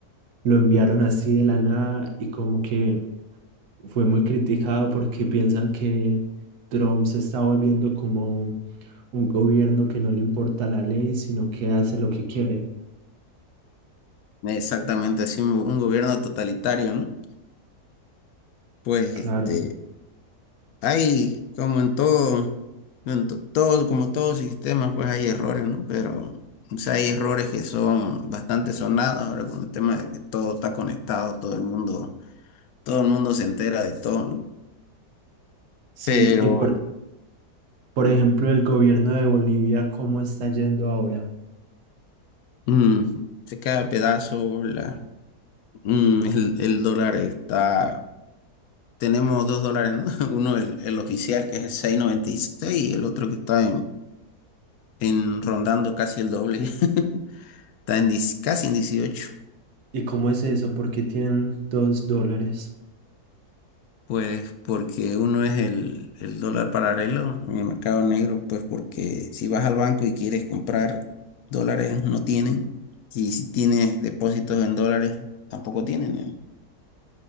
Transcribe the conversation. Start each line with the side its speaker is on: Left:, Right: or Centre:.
Right: lo enviaron así de la nada y como que fue muy criticado porque piensan que Trump se está volviendo como un gobierno que no le importa la ley, sino que hace lo que quiere.
Left: Exactamente, así un, un gobierno totalitario, ¿no? Pues
Right: Claro.
Left: este, hay como en todo, en to- todo, como todo sistema, pues hay errores, ¿no? Pero o sea, hay errores que son bastante sonados ahora con el tema de que todo está conectado, todo el mundo, todo el mundo se entera de todo, ¿no?
Right: Sí,
Left: Pero
Right: y por, por ejemplo, el gobierno de Bolivia, ¿cómo está yendo ahora?
Left: mm, se cae a pedazos la, mm, el, el dólar está, tenemos dos dólares, ¿no? <laughs> Uno el, el oficial que es el 6.96 y seis y el otro que está en en rondando casi el doble, <laughs> está en 10 casi en 18,
Right: ¿Y cómo es eso? ¿Por qué tienen dos dólares?
Left: pues porque uno es el, el dólar paralelo en el mercado negro, pues porque si vas al banco y quieres comprar dólares no tienen, y si tienes depósitos en dólares tampoco tienen. ¿eh?